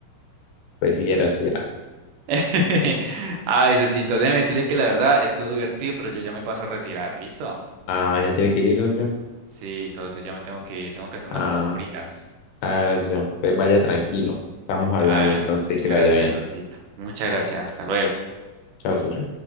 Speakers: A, on the left; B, on the right.
A: Pues sí era, sí era.
B: <laughs> Ay, socito, déjeme decirle que la verdad estuvo divertido, pero yo ya me paso a retirar. ¿Listo?
A: Ah, ya tiene que ir, socio.
B: Sí, socio, ya me tengo que, tengo que hacer unas
A: Ah,
B: compritas.
A: ah, socio. Pues vaya tranquilo. Estamos hablando,
B: Dale,
A: entonces
B: muchas
A: que le
B: gracias,
A: vaya bien.
B: Osito. Muchas gracias, hasta luego.
A: Chao, socio.